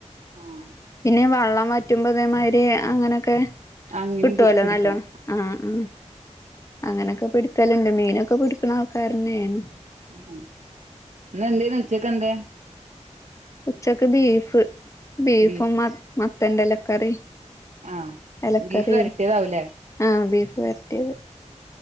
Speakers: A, on the right (about 65°); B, on the left (about 25°).
A: ആഹ്
B: പിന്നെ വള്ളം വറ്റുമ്പ അതേമാതിരി അങ്ങനൊക്കെ
A: അങ്ങനിം
B: കിട്ടോലൊ
A: കി പിടിക്കും
B: നല്ലോണം ആഹ് ഉം അങ്ങനൊക്കെ പിടിക്കലുണ്ട് മീനൊക്കെ പിടിക്കുന്ന ആൾക്കാരന്നേണ്
A: ഉം ഇന്നെന്തേയ്ന്ന് ഉച്ചക്ക് എന്തേ
B: ഉച്ചക്ക് ബീഫ് ബീഫും
A: ബീഫ്
B: മത്തന്റെല ക്കറിം
A: ആഹ്
B: ഇലക്കറിയും
A: ബീഫ് വരട്ടിയതാവൂല്ലേ
B: ആഹ് ബീഫ് വരട്ടിയത്